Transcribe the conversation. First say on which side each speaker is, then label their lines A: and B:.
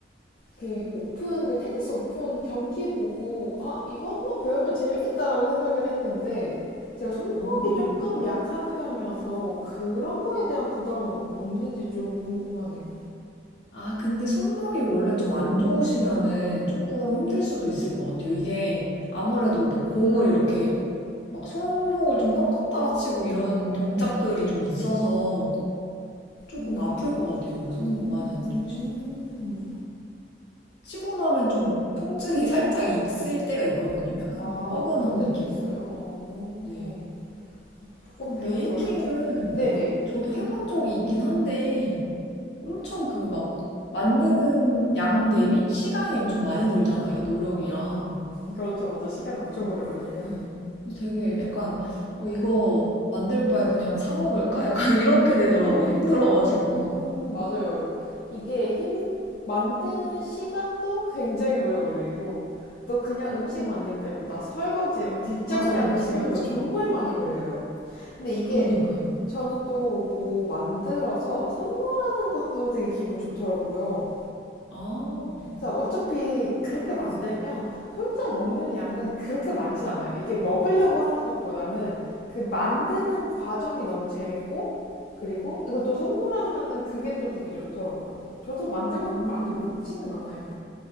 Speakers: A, on the left; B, on the left.
A: 그 오픈, 그 테니스 오픈 경기 보고, 아, 이거 한번 배우면 재밌겠다라고 생각을 했는데, 제가
B: <laughs>
A: 손목이
B: 어.
A: 조금 약한 편이어서 그런 거에 대한 부담은 없는지 좀 궁금하네요.
B: 아, 근데 손목이 원래 좀 안 좋으시면은 조금 힘들 수도 있을 것 같아요. 이게 아무래도 막 공을 이렇게 막 손목을 좀 꺾었다가 치고 이런 동작들이 좀 있어서 조금
A: 음,
B: 아플 것 같아요. 손목 많이 안
A: 음.
B: 좋으시면. 치고 나면 좀 통증이 <laughs> 살짝 있을 때가 있거든요. 약간
A: 아,
B: 뻐근한
A: 그럴 때도
B: 느낌?
A: 있어요. 어,
B: 네.
A: 조금
B: 그럼
A: 배우기
B: 베이킹은
A: 어렵긴 하겠네요. 네네.
B: 저도 해본 적이 있긴 한데 엄청 그 막 만드는 양 대비 시간이 엄청 많이 들잖아요. 노력이랑.
A: 그렇죠, 맞아. 시간 엄청 오래 걸려요.
B: 음. 그래서 되게 약간 어 이거 만들 바에 그냥 사 먹을까? 약간 <laughs> 이렇게 되더라고
A: 음,
B: 힘들어가지고
A: 음, 맞아요. 이게 힘, 만드는 시간도 굉장히 오래 걸리고, 또 그냥 음식 만들 때보다 설거지랑 뒷정리하는
B: 맞아요 설거지
A: 시간도 정말 많이 걸려요. 근데 이게
B: 그러니까요
A: 저는 또 뭐 만들어서 선물하는 것도 되게 기분 좋더라고요.
B: 아
A: 그래서 어차피 그렇게 만들면 혼자 먹는 양은 그렇게 많진 않아요. 이게 먹으려고 하는 것보다는 그 만드는 과정이 너무 재밌고 그리고 이걸 또 선물하면은 그게 또 되게 좋더라고요. 저도 만들고
B: 오.
A: 많이 먹지는 않아요.